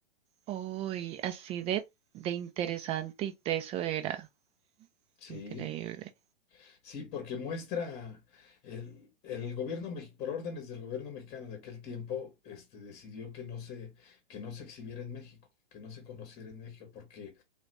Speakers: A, on the right; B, on the left.
A: Uy, así de, de interesante y teso era.
B: Sí,
A: Increíble.
B: Sí, porque muestra el, el gobierno, mex- por órdenes del gobierno mexicano de aquel tiempo, este, decidió que no se, que no se exhibiera en México, que no se conociera en México, porque